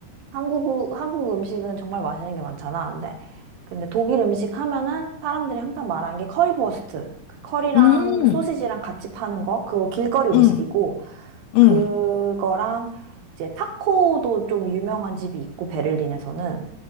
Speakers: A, on the right; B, on the left.
A: 한국 한국 음식은 정말 맛있는 게 많잖아. 근데 근데 독일 음식 하면은 사람들이 항상 말하는 게 커리버스트. 그 커리랑
B: 음,
A: 소시지랑 같이 파는 거. 그거 길거리 음식이고
B: 음, 음.
A: 그거랑 이제 타코도 좀 유명한 집이 있고 베를린에서는